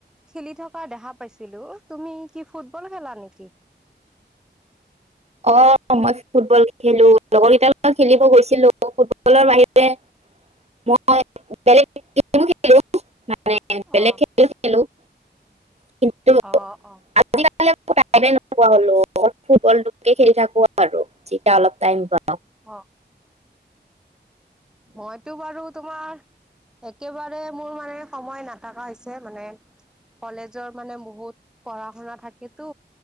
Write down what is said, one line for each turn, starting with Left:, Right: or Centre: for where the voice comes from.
Centre: খেলি থকা দেখা পাইছিলো তুমি কি ফুটবল খেলা নেকি
Right: অহ মই ফুটবল খেলো লগৰ কেইটাৰ লগত খেলিব গৈছিলো ফুটবলৰ বাহিৰে মই বেলেগ গেমো খেলো মানে
Centre: অ'
Right: বেলেগ খেল খেলো কিন্তু
Centre: অ অ
Right: আজিকালি টাইমে নোপোৱা হলো অ ফুটবলটোকে খেলি থাকো আৰু যেতিয়া অলপ টাইম পা
Centre: অৱ মইতো বাৰু তোমাৰ একেবাৰে মোৰ মানে সময় নাথাকা হৈছে মানে কলেজৰ মানে বহুত পঢ়া শুনা থাকেতো।